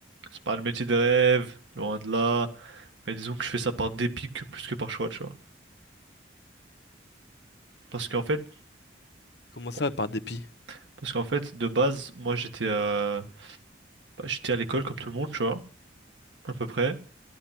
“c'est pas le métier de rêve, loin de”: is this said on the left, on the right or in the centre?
Right